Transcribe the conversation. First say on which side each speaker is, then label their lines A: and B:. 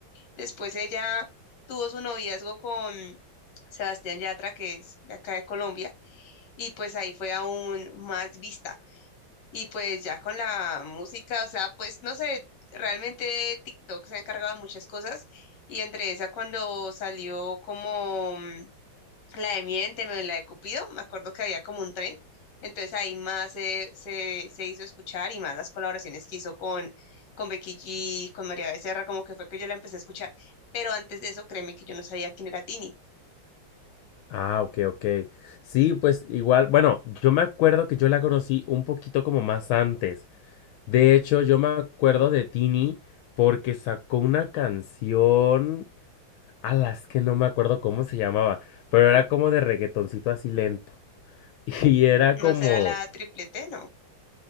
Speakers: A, on the left (about 60°); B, on the left (about 80°).
A: Después ella tuvo su noviazgo con Sebastián Yatra, que es de acá de Colombia, y pues ahí fue aún más vista. Y pues ya con la música, o sea, pues no sé, realmente TikTok se ha encargado de muchas cosas, y entre esa, cuando salió como mm, la de Miénteme, la de Cupido, me acuerdo que había como un tren, entonces ahí más se, se, se hizo escuchar y más las colaboraciones que hizo con, con Becky G, con María Becerra, como que fue que yo la empecé a escuchar, pero antes de eso créeme que yo no sabía quién era Tini,
B: Ah, ok, ok. Sí, pues igual, bueno, yo me acuerdo que yo la conocí un poquito como más antes. De hecho, yo me acuerdo de Tini porque sacó una canción a las que no me acuerdo cómo se llamaba, pero era como de reggaetoncito así lento. <laughs> Y era
A: no
B: como,
A: será la triplete, no.